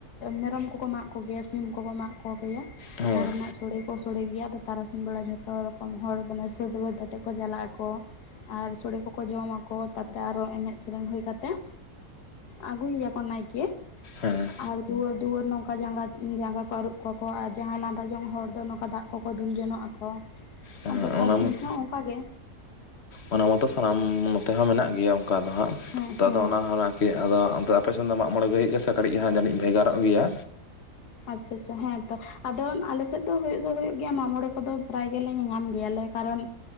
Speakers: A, on the left; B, on the left.
A: ᱢᱮᱨᱚᱢ ᱠᱚᱠᱚ ᱢᱟᱜ ᱠᱚᱜᱮᱭᱟ ᱥᱤᱢ ᱠᱚᱠᱚ ᱢᱟᱜ ᱠᱚᱜᱮᱭᱟ ᱾
B: ᱦᱮᱸ
A: ᱚᱱᱟ ᱨᱮᱱᱟᱜ ᱥᱚᱲᱮ ᱠᱚ ᱥᱚᱲᱮ ᱜᱮᱭᱟ ᱟᱫᱚ ᱛᱟᱨᱟᱥᱤᱧ ᱵᱮᱲᱟ ᱡᱷᱚᱛᱚ ᱨᱚᱠᱚᱢ ᱦᱚᱲ ᱢᱟᱱᱮ ᱥᱟᱹᱫ ᱵᱟᱹᱫᱛᱜ ᱠᱚ ᱪᱟᱞᱟᱜ ᱟᱠᱚ ᱟᱨ ᱥᱳᱚᱲᱮ ᱠᱚᱠᱚ ᱡᱚᱢᱟᱚ ᱛᱟᱨᱯᱚᱨᱮ ᱟᱨᱚ ᱮᱱᱮᱡ ᱥᱮᱨᱮᱧ ᱦᱩᱭ ᱠᱟ ᱠᱟᱛᱮᱫ ᱟᱜᱩᱭᱟᱠᱚ ᱱᱟᱭᱠᱮ
B: ᱦᱮᱸ
A: ᱟᱨ ᱫᱩᱣᱟᱹᱨ ᱫᱩᱣᱟᱹᱨ ᱱᱚᱝᱠᱟ ᱡᱟᱸ ᱡᱟᱸᱜᱟ ᱠᱚ ᱟᱹᱨᱩᱵ ᱠᱚᱣᱟ ᱠᱚ ᱟᱨ ᱡᱟᱦᱟᱸᱭ ᱞᱟᱸᱫᱟ ᱡᱚᱝ ᱦᱚᱲ ᱫᱚ ᱱᱚᱝᱠᱟ ᱫᱟᱜ ᱠᱚ ᱠᱚ ᱫᱩᱞ ᱡᱚᱱᱚᱜ ᱟᱠᱚ
B: ᱦᱮᱸ
A: ᱟᱨ ᱫᱚᱥᱟᱨ
B: ᱚᱱᱟ ᱢᱟᱛᱚ
A: ᱫᱤᱱ ᱦᱚᱸ ᱚᱱᱠᱟ ᱜᱮ
B: ᱚᱱᱟ ᱢᱟᱛᱚ ᱥᱟᱱᱟᱢ ᱱᱚᱛᱮ ᱦᱚᱸ ᱢᱮᱱᱟᱜ ᱜᱮᱭᱟ ᱚᱱᱠᱟ ᱫᱚ ᱦᱟᱸᱜ
A: ᱦᱮᱸ
B: ᱛᱚ
A: ᱦᱮᱸ
B: ᱟᱫᱚ ᱚᱱᱟ ᱦᱚᱸ ᱦᱟᱸᱜ ᱜᱮ ᱟᱫᱚ ᱚᱱᱛᱮ ᱟᱯᱮᱥᱱ ᱫᱚ ᱢᱟᱜ ᱢᱚᱬᱮ ᱜᱮ ᱦᱩᱭᱩᱜ ᱜᱮᱭᱟ ᱥᱮ ᱠᱟᱹᱴᱤᱡ ᱦ ᱡᱟᱹᱱᱤᱡ ᱵᱷᱮᱜᱟᱨᱚᱜ ᱜᱮᱭᱟ?
A: ᱟᱪᱷᱟ ᱟᱪᱷᱟ ᱦᱮᱸ ᱛᱚ ᱾ ᱟᱫᱚ ᱟᱞᱮ ᱥᱮᱫ ᱫᱚ ᱦᱩᱭᱩᱜ ᱫᱚ ᱦᱩᱭᱩᱜ ᱜᱮᱭᱟ ᱢᱟᱜ ᱢᱚᱬᱮ ᱠᱚᱫᱚ ᱯᱨᱟᱭ ᱜᱮᱞᱮ ᱧᱮᱧᱟᱢ ᱜᱮᱭᱟᱞᱮ ᱠᱟᱨᱚᱱ